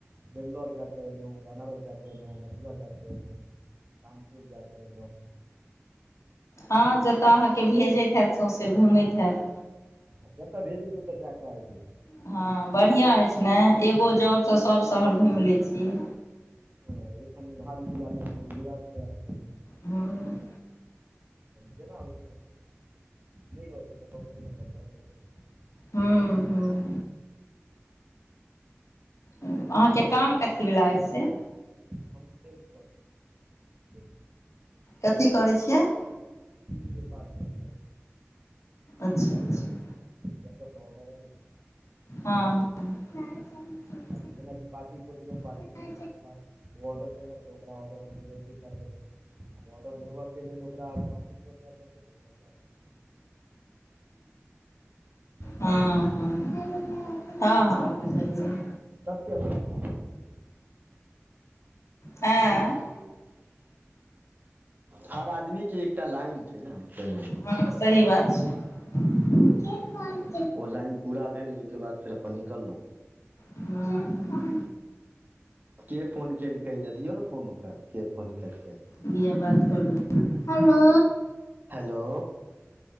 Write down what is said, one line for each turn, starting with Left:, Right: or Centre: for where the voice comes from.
Right: बेंगलोर जाक न बनारस जाक एलहुँ मथुरा जाकऽ एलहुँं कानपुर जाकऽ एलहुँ
Left: हँ जतऽ अहाँके भेजैत हयैत सौँसे घुमैत हैत
Right: ह जतऽ भेजे छै ओतऽ जा कऽ आइे
Left: हँ बढ़िआँ अछि ने एगो जॉबसँ सभ शहर घुम लै छीयै
Right: हँ ए भाल छल गुजराट <inaudible>
Left: हँ
Right: जेना आच त <unintelligible> नहि रह छै तऽ बम्बइ मना डर लग रहै छै <inaudible>
Left: हँ हँ
Right: छै अहाँ
Left: अहाँके
Right: सुनबियौ
Left: काम कथी वला येछ से
Right: हम सब <unintelligible>
Left: कथी करै छियै '
Right: िपार्मेट <unintelligible>
Left: अच्छा अच्छा
Right: तऽ सहत रह ने <unintelligible>
Left: हँ हँ
Right: ी जेनाजी पार्ी <unintelligible> खोजल पाटी
Left: हँ
Right: खोजलाक के बाद ओ ऑर्डर देलक तऽ ओकरा ऑर्डर हम डिलिवरी कर देलहुँ आ ऑर्डर लेबे लेल ओकरा अगर ऑफिस पर जाय पड़तै त ओ जाउ बुझलिए
Left: हँ हँ हँ हँ बुझलियै
Right: तप्यब <unintelligible>
Left: हँ <unintelligible>
Right: हर आदमीके एकटा लाइन छै ने ते
Left: हँ सही बात छै
Right: ओ लाइन पूरा भेल ओके बाद फेर अपन निकलहुँ
Left: हँ हँ
Right: के फोन केलकै य दियौ ने फोन ओकरा के फोन केलकै,
Left: दिया बात करू हेलो
Right: हेलो